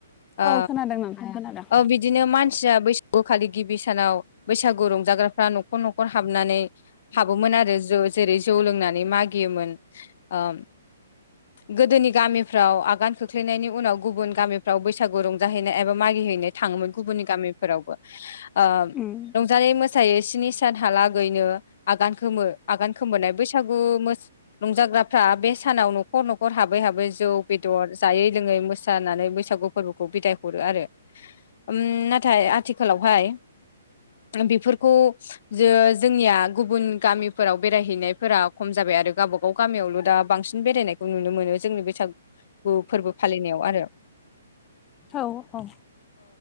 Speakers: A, on the left; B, on the left.
A: आ
B: औ खोनादों नोंथां खोनादों
A: औ बिदिनो मान सिया बैसागु खालि गिबि सानाव बैसागु रंजाग्राफ्रा न'खर न'खर हाबनानै हाबोमोन आरो जो जौ जेरै जौ लोंनानै मागियोमोन आम गोदोनि गामिफ्राव आगानखो खोख्लैनायनि उनाव गुबुन गामिफ्राव बैसागु रंजाहैनाय एबा मागिहैनो थाङोमोन गुबुननि गामिफोरावबो। ओ
B: उम
A: रंजानाय मोस मोसायो स्नि सानहालागैनो आगान खोमोनाय आगान खोमोननाय बैसागु मोस रंजा ग्राफ्रा बे सानाव न'खर न'खर हाबै हाबै जौ बेदर जायै लोङै मोसानानै बैसागु फोरबोखौ बिदाय हरो आरो। उम नाथाय आथिखालावहाय बेफोरखौ जो जोंनिया गुबुन गामिफोराव बेरायहैनायफोरा खम जाबाय आरो गावबा गाव गामियावल' दा बांसिन बेरायनायखौ नुनो मोनो जोंनि बैसाग फोरबो फालिनायाव आरो।
B: औ औ